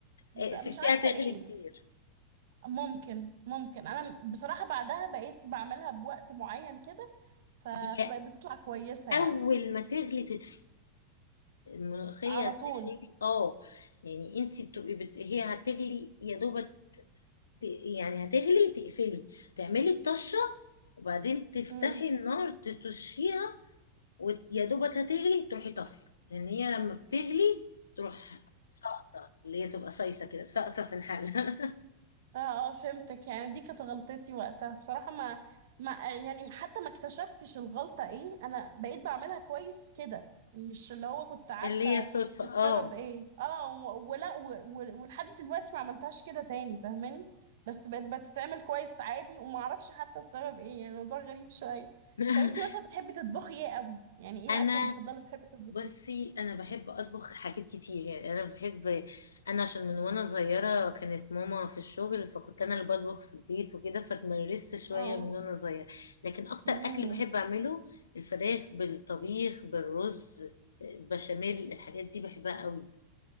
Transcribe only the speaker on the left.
آه،
سبتيها
تغلي
كتير
هي
اول
ما تغلي تطفي الملوخية
تغلي اه يعني انت بتبقي بت... هي هتغلي يا دوبك ت- يعني هتغلي تقفلي تعملي الطشة وبعدين تفتحي
النار تطشيها ويا دوبك هتغلي تروحي طافيه لان هي لما بتغلي تروح ساقطة اللي هي تبقى صيصه كده ساقطه في الحله
<laughs>
اللي هي صدفه
اه
<laughs>
انا
بصي انا بحب اطبخ حاجات كتير يعني انا بحب انا عشان من وانا صغيره كانت ماما في الشغل فكنت انا اللي بطبخ في البيت وكده فتمرست شويه
من وانا صغيره لكن اكتر
اكل بحب اعمله الفراخ بالطبيخ بالرز بشاميل الحاجات دي بحبها قوي